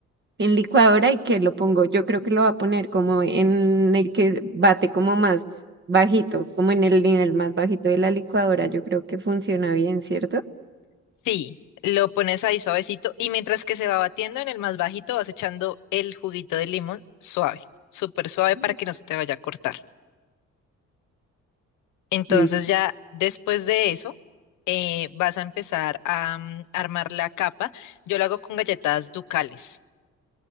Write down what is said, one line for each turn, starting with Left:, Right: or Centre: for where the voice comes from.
Right: en licuadora y que lo pongo, yo creo que lo va a poner como en el que bate como más bajito, como en el nivel más bajito de la licuadora, yo creo que funciona bien, ¿cierto?
Left: Sí, lo pones ahí suavecito y mientras que se va batiendo en el más bajito vas echando el juguito de limón suave, súper suave
Right: Mm.
Left: para que no se te vaya a cortar. Entonces
Right: Listo.
Left: ya después de eso, eh, vas a empezar a mm, armar la capa. Yo lo hago con galletas ducales.